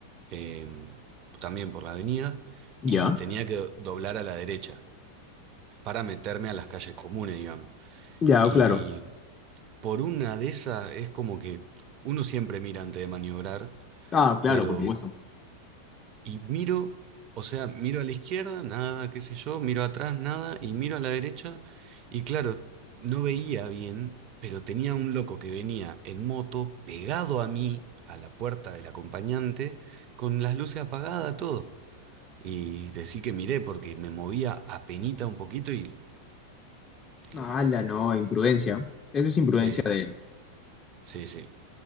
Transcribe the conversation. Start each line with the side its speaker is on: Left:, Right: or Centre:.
Right: em, también por la avenida,
Left: ¿Ya?
Right: y tenía que do- doblar a la derecha para meterme a las calles comunes, digamos.
Left: Ya,
Right: Y
Left: claro.
Right: por una de esas es como que uno siempre mira antes de maniobrar,
Left: Ah, claro,
Right: pero
Left: por Sí. supuesto.
Right: Y miro, o sea, miro a la izquierda, nada, qué sé yo, miro atrás, nada, y miro a la derecha, y claro, no veía bien, pero tenía un loco que venía en moto pegado a mí, a la puerta del acompañante, con las luces apagadas, todo. Y decí que miré porque me movía apenita un poquito y...
Left: la
Right: lo- la-
Left: no, imprudencia. Eso es imprudencia
Right: sí,
Left: de
Right: sí,
Left: él.
Right: sí. sí.